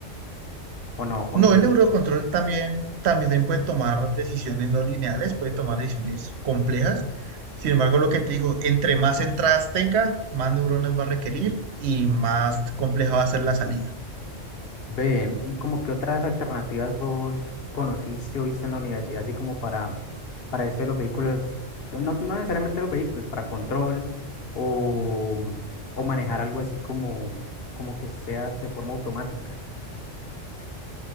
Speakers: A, on the left; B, on the right.
A: ¿o no? ¿O
B: no,
A: me equivoco?
B: el neurocontrol también, también puede tomar decisiones no lineales, puede tomar decisiones complejas. Sin embargo, lo que te digo, entre más entradas tenga, más neuronas va a requerir y más compleja va a ser la salida.
A: Ve, ¿y como qué otras alternativas vos conociste o viste en la universidad, así como para, para esto de los vehículos, no, no no necesariamente los vehículos, para control o, o manejar algo así como, como que sea de forma automática?